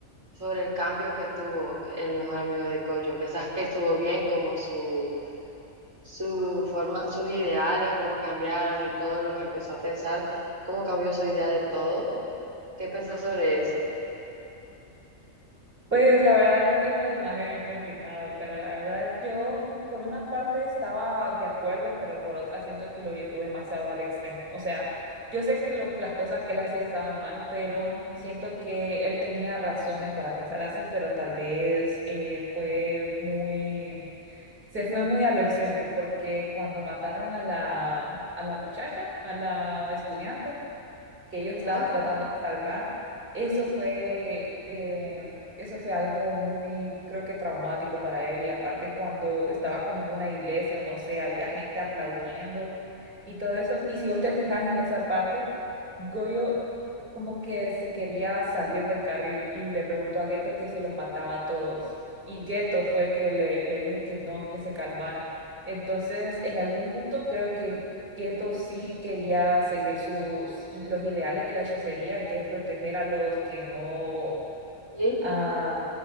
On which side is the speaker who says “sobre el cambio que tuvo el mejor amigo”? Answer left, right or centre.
Right